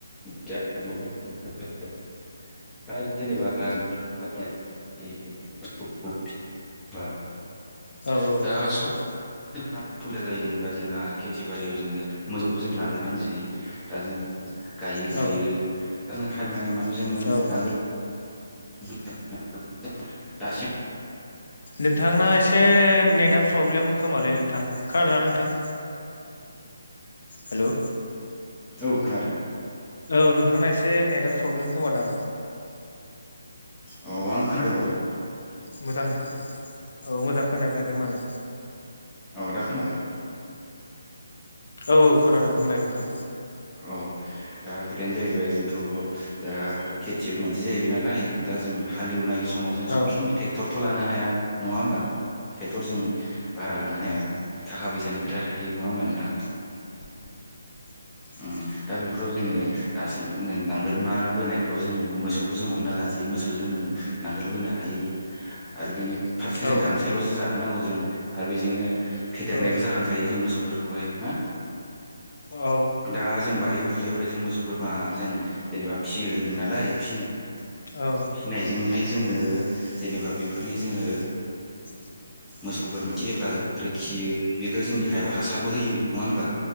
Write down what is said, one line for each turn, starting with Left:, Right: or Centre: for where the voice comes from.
Centre: <unintelligible> <unintelligible> <unintelligible>
Left: औ <unintelligible>
Centre: सुबिदा जायो होनबा जोंहा खेथि बारियाव जोङो मोसौखौ जों लाग्रोनांसै दा जों गायो
Left: औ
Centre: फुयो ओं हावनाय जोङो
Left: औ
Centre: नांगोल <unintelligible>
Left: नोंथांना एसे नेटा प्रब्लेम खोमालै नोंथां। खोनादोंना नोंथां। हेलौ।
Centre: औ खोनादों।
Left: औ नोंथांना एसे नेटआ प्रब्लेम खोमादां।
Centre: अ' आं खोनादोंं माथ'।
Left: मोजां खो औ मोजां खोनाफैयाखै माने।
Centre: अ' दा खोनाबाय।
Left: औ खोनादों बुंलाय नोंथां।
Centre: औ दा खोथायानो जाहैबाय जोंथ' दा खेथियग मानसि जाहैबाय नालाय दा जों हालेवनाय समाव जों सब
Left: औ
Centre: समाय टेक्टरथ' लानो हाया। हाया नङा होमबा। ट्रेक्टर जों भारा लानो हाया थाखा फैसानि खोथा थायो नङा होमबा नोंथां।
Left: <inaudible>
Centre: उम दा बेफोराव जोङो दासिम नांगोल मा बोनायफ्राव जोङो मोसौखौ जों हमनानै लानोसै मोसौजों जों नों नांगोल बोनो हायो आरो बेनि फारसे
Left: औ
Centre: जों गांसोल'सो जाहोनांगौ जों आरो बेजोंनो फेदेरनायबो
Left: औ
Centre: जालांखायो जों मोसौफोर खौहाय ना।
Left: औ
Centre: दा जों बारि बुरियावहाय जों मोसौ बोरमा जों जेनेबा फियो होनदों नालाय फिनो
Left: औ।
Centre: फिनायजोंहाय जोङो जेनेबा बेफोरनि जोङो
Left: <inaudible>
Centre: मोसौ बोरमा फिसियोब्ला ओमफ्राय खियो बेफोरो जोंनि हायाव हासारबो होयो नङा होमबा।